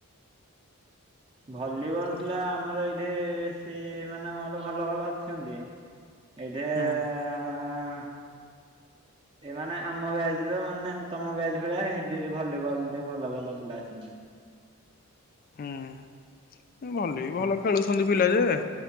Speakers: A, on the right; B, on the left.
A: ଭଲିବଲ
B: କଣ।
A: ପିଲା ଆମର ଏଇ ଦେ ବେଶୀ ମାନେ ମୋର ଭଲ ଭଲ ଅଛନ୍ତି। ଏଇଠି ଆଁ
B: ହୁଁ
A: ହଁ <inaudible> ଏମାନେ ଆମ ବ୍ୟାଚ୍ ର ମାନେ ତମ ବ୍ୟାଚ୍ ଭଳିଆ <unintelligible> ଭଲିବଲ ରେ ଭଲ ଭଲ ପିଲା ଅଛନ୍ତି।
B: ହୁଁ। ଭଲ ବି ଭଲ
A: ହୁଁ
B: ଖେଳୁଛନ୍ତି ପିଲା। ଯେ